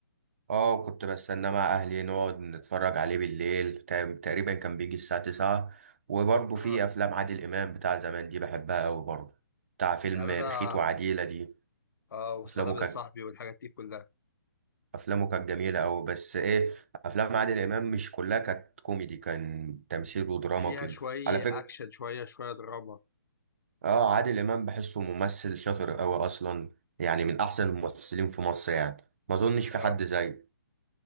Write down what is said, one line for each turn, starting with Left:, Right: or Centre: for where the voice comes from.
Right: آه كنت بستناه مع أهلي نقعد نتفرج عليه بالليل تا- تقريبا كان بيجي الساعة تسعة وبرضه
Left: أه،
Right: في أفلام عادل إمام بتاع زمان دي بحبها أوي برضه بتاع فيلم
Left: يعني
Right: بخيت
Left: أنا
Right: وعديلة دي
Left: أه وسلام
Right: أفلامه كانت
Left: يا صاحبي والحاجات دي كلها.
Right: أفلامه كانت جميلة أوي بس إيه أفلام عادل إمام مش كلها كانت كوميدي كان تمثيل ودراما
Left: فيها
Right: وكده
Left: شوية
Right: على فكرة
Left: أكشن شوية شوية دراما
Right: اه عادل امام بحسه ممثل شاطر قوي اصلا يعني من احسن الممثلين في مصر يعني ما اظنش
Left: اه
Right: في حد زيه